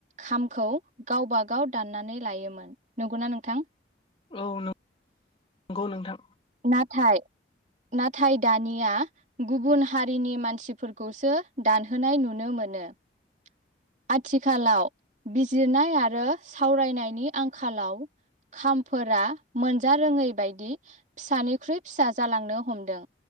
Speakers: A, on the right; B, on the left.
A: खामखौ गावबागाव दाननानै लायो मोन नंगौना नोंथां?
B: औ नंगौ नोंथां।
A: नाथाय नाथाय दानिया गुबुन हारिनि मानसिफोरखौसो दानहोनाय नुनो मोनो। <inaudible> आथिखालाव बिजिरनाय आरो सावरायनायनि आंखालाव खामफोरा मोनजा रोङै बायदि फिसानिख्रुइ फिसा जालांनो हमदों